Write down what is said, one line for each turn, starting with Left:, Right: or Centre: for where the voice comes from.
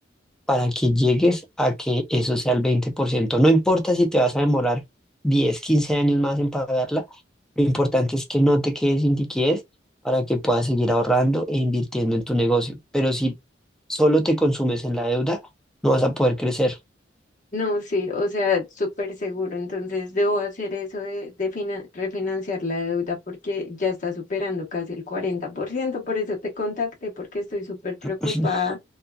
Centre: para que llegues a que eso sea el veinte por ciento No importa si te vas a demorar 10 15 años más en pagarla, lo importante es que no te quedes sin liquidez para que puedas seguir ahorrando e invirtiendo en tu negocio. Pero si solo te consumes en la deuda, no vas a poder crecer.
Left: No, sí, o sea, súper seguro. Entonces debo hacer eso de, de finan- refinanciar la deuda porque ya está superando casi el cuarenta Por ciento. Por eso te contacté, porque estoy súper preocupada.
Centre: <laughs>